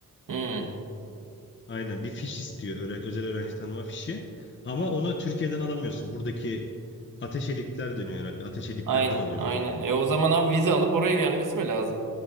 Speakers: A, on the right (about 65°); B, on the left (about 35°).
A: Hmm.
B: Aynen bir fiş istiyor. öğre- özel öğrenci tanıma fişi. Ama onu Türkiye'den alamıyorsun. Buradaki ateşelikler dönüyor herhalde. Ateşeliklerden
A: Aynen,
B: alıyorsun.
A: aynen. E o zaman abi vize alıp oraya gelmesi mi lazım?